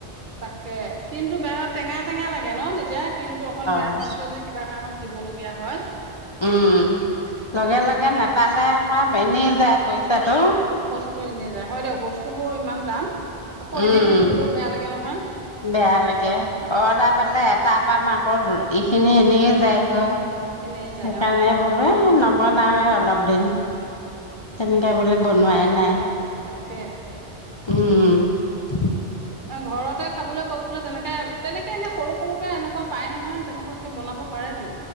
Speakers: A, on the right; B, on the left.
A: তাকে কিন্তু বেহত টেঙা টেঙা লাগে ন এতিয়া ক্ৰীমটো অকন বেয়া
B: অ
A: হোৱা পিছত যদি কিবা কাৰণত দিবলগীয়া হয়
B: উম লগে
A: তাকে
B: লগে নেপালে এনেই যায় পইচাটো
A: পইচাটো এনেই যায় হয় দিয়ক বস্তুবোৰ ইমান দাম আকৌ
B: উম
A: এনেই খেদিবলৈও বেয়া লাগে নহয়
B: বেয়া লাগে অৰ্ডাৰ পালে এটা আপামা আক ইখিনি এখনি যায়গৈ
A: এনেই
B: সেইকাৰণে
A: যায় অ
B: বোলো নবনাওয়ে অলপ দিন তেন বোলে বনোৱাই
A: তাকে
B: নাই
A: তাকে
B: উম <inaudible>
A: ঘৰতে খাবলৈ কলো তেনেকে তেনেকে এনে সৰু সৰুকে এনেকুৱা পাই নহয় তেনেকুৱাকে বনাব পাৰেটো